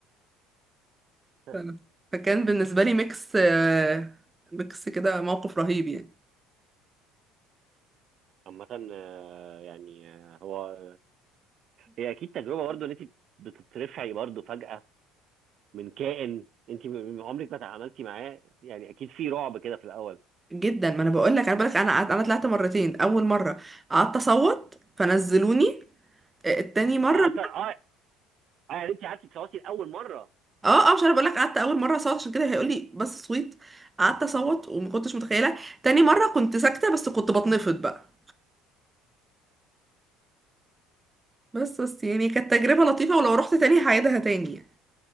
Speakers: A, on the right; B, on the right.
A: <laughs>
B: ف- فكان بالنسبة لي ميكس آه، ميكس كده موقف رهيب يعني
A: عامة آه، يعني آه، هو هي اكيد تجربه برضو ان انت بتترفعي برضو فجاه من كائن انت م- عمرك ما تعاملتي معاه يعني اكيد في رعب كده في الاول
B: جدا ما انا بقول لك انا بقول لك انا قعدت- انا طلعت مرتين اول مرة قعدت اصوت فنزلوني آه، التاني مرة
A: آه، حتى اه آه، يعني انت قعدتي تصوتي لاول مره
B: اه اه مش انا بقول لك قعدت اول مرة اصوت عشان كده هيقول لي بس صويت قعدت اصوت وما كنتش متخيلة تاني مرة كنت ساكتة بس كنت بتنفض بقى بس بس يعني كانت تجربة لطيفة ولو رحت تاني هعيدها تاني يعني.